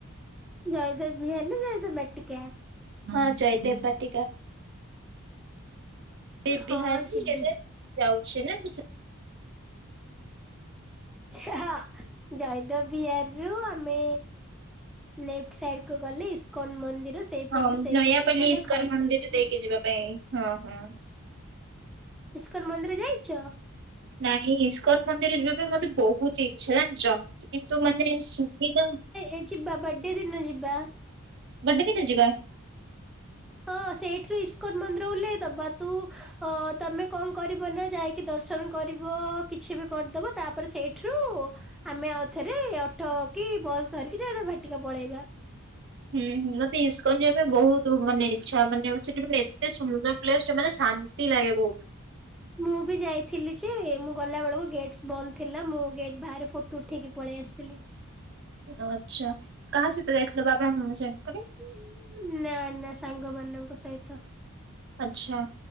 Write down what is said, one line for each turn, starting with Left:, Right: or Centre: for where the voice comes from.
Centre: ଜୟଦେବ ବିହାର ନା ଜୟଦେବ ବାଟିକା?
Right: ହଁ ଜୟଦେବ ବାଟିକା। <unintelligible>
Centre: ହଁ ଯିବି। ହଁ ଜୟଦବିହାରରୂ ଆମେ ଲେଫ୍ଟ ସାଇଡ୍ କୁ ଗଲେ ଇସ୍କନ ମନ୍ଦିର ସେଇପଟୁ
Right: ହଁ
Centre: ସେଇପଟରୁ
Right: ନୟାପଲ୍ଲୀ
Centre: ଗଲେ
Right: ଇସ୍କନ
Centre: ଖଣ୍ଡଗିରି
Right: ମନ୍ଦିର ଯୋଉ ଦେଇକି ଯିବା ପାଇଁ, ହଁ ହଁ।
Centre: ଇସ୍କଲ ମନ୍ଦିର ଯାଇଛ?
Right: ନାଇଁ ଇସ୍କନ ମନ୍ଦିର ଯିବା ପାଇଁ ମତେ ବୋହୁତ୍ ଇଛା ଜାଣିଛ। କିନ୍ତୁ ମାନେ ଶୁବିଦା
Centre: ଏ ଯିବା ବର୍ଥଡେ ଦିନ ଯିବା।
Right: ବଡେ ଦିନ ଯିବା।
Centre: ହଁ ସେଇଠୁ ଇସ୍କନ ମନ୍ଦିର ଓହ୍ଲାଇଦବା ତୁ ତମେ କଣ କରିବ ନା ଯାଇ କି ଦର୍ଶନ କରିବ କିଛି ବି କରିଦବ ତାପରେ ସେଇଠୁ ଆମେ ଆଉଥରେ ଅଟୋ କି ବସ୍ ଧରିକି ଜୟଦେବ ଭାଟିକା ପଳେଇବା।
Right: ହୁଁ ହୁ ମତେ ଇସ୍କନ ଯିବା ପାଇଁ ବୋହୁତ୍ ମାନେ ଇଚ୍ଛା ମାନେ ସେଠି ମାନେ ଏତେ ସୁନ୍ଦର ପ୍ଲେସ୍ ଟେ ମାନେ ଶାନ୍ତି ଲାଗେ ବୋହୁତ୍।
Centre: ମୁଁ ବି ଯାଇଥିଲି ଯେ ମୁଁ ଗଲାବେଳକୁ ଗେଟ୍ ବନ୍ଦ ଥିଲା। ମୁଁ ଗେଟ୍ ବାହାରେ ଫଟୋ ଉଠେଇକି ପଳେଇ ଆସିଲି।
Right: ଆଚ୍ଛା। କାହା ସହିତ ଯାଇଥିଲ ବାପା ମାମା ସାଙ୍ଗରେ?
Centre: ଉଁ ନା ନା ସାଙ୍ଗ ମାନଙ୍କ ସହିତ।
Right: ଆଚ୍ଛା।